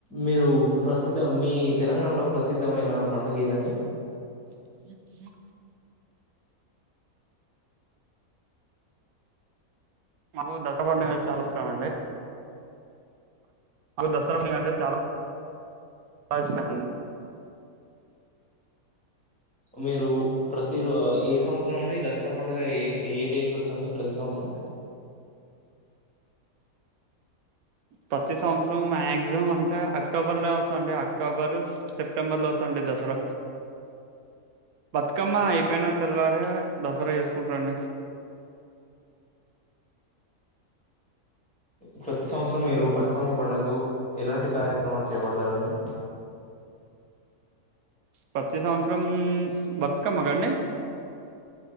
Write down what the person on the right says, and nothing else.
<unintelligible> మాకు దస పండుగ చాలా ఇష్టం అండి మాకు దసరా పండుగ అంటే చాలా ఇష్టం అండి
ప్రతి సంవత్సరం మాక్సిమం అంటే అక్టోబర్ లో వస్తఅండి అక్టోబరు సెప్టెంబర్ లో వస్తుండి దసరా బతుకమ్మ అయిపోయిన తెల్లారే దసరా చెస్ కుంట అండి
ప్రతి సంవత్సరం బతుకమ్మక అండి